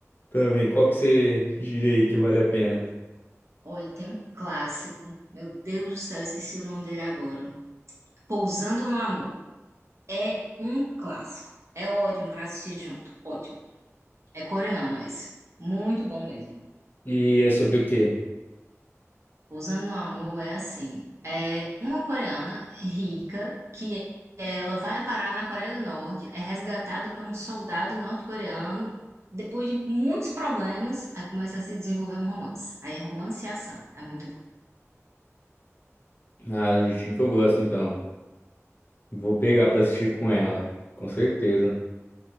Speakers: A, on the left; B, on the right.
A: também. Qual que você diria aí que vale a pena?
B: Olha, tem um clássico, meu Deus do céu, esqueci o nome dele agora. Pousando no Amor. É um clássico. É ótimo para assistir junto, ótimo. É coreano esse. Muito bom mesmo.
A: E é sobre o quê?
B: Usando no Amor é assim, é uma coreana rica que ela vai parar na Coreia do Norte, é resgatada por um soldado norte-coreano. Depois de muitos problemas, aí começa a se desenvolver um romance. Aí é romance e ação, é muito bom.
A: Ah, gente, o que eu gosto então. Vou pegar pra assistir com ela, com certeza.